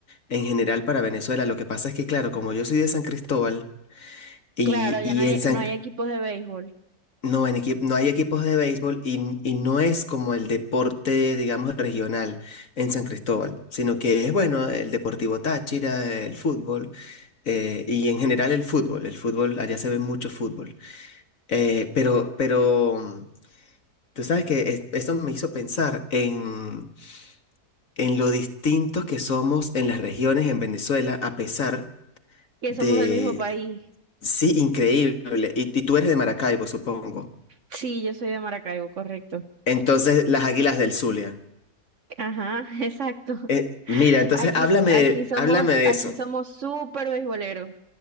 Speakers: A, on the left; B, on the right.
A: en general para Venezuela. Lo que pasa es que, claro, como yo soy de San Cristóbal y,
B: Claro, ya
A: y
B: no hay,
A: en San,
B: no hay equipos de béisbol,
A: No, en equi- no hay equipos de béisbol y, n- y no es como el deporte, digamos, regional en San Cristóbal, sino que es, bueno, el Deportivo Táchira, el fútbol eh, y en general el fútbol. El fútbol, allá se ve mucho fútbol. Eh, pero, pero mm, tú sabes que es- eso me hizo pensar en, en lo distintos que somos en las regiones en Venezuela, a pesar
B: que
A: de,
B: somos del mismo país.
A: sí, increíble. Y, y tú eres de Maracaibo, supongo.
B: Sí, yo soy de Maracaibo, correcto.
A: Entonces, las Águilas del Zulia.
B: Ajá, <laughs> exacto.
A: Eh, mira, entonces
B: Aquí,
A: háblame
B: aquí
A: de,
B: somos,
A: háblame de
B: aquí
A: eso.
B: somos súper beisboleros.